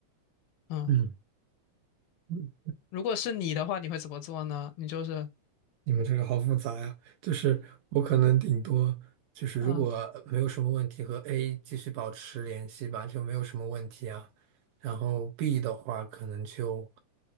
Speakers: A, on the left; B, on the right.
A: 嗯，
B: 嗯嗯，
A: 如果是你的话，你会怎么做呢？你就是。
B: 你们这个好复杂呀、就是我可能顶多就是如果没有什么问题，
A: 嗯。
B: 和 A 继续保持联系吧，就没有什么问题啊。然后 B 的话，可能就